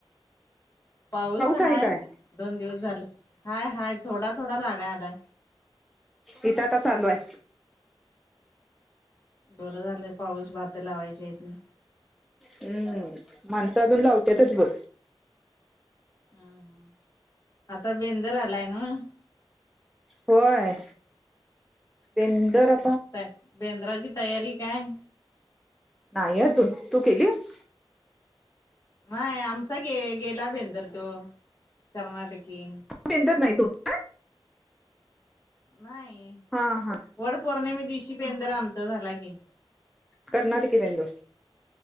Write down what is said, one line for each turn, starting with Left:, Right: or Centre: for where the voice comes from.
Left: पाऊस हाय
Centre: आहे काय?
Left: दोन दिवस झालं हाय-हाय थोडा-थोडा लागाय आलाय.
Centre: इथं आता चालू आहे.
Left: बरं झालंय पाऊस भात लाव्याची ह्यात.
Centre: हम्म माणसा अजून लावतातच बघ.
Left: हम आता बेंदूर आलाय न्हावा.
Centre: होय बंदूर आ
Left: ताय बेंद्राची तयारी काय?
Centre: नाही अजून तू केलीस?
Left: नाही आमचा गे गेला बिंदुर तो कर्नाटकी.
Centre: बेंदूर नाही तुमचा?
Left: नाही.
Centre: हा हा.
Left: वड पौर्णिमे दिवशी बिंदूर आमचा झाला की.
Centre: कर्नाटकी बिंदुर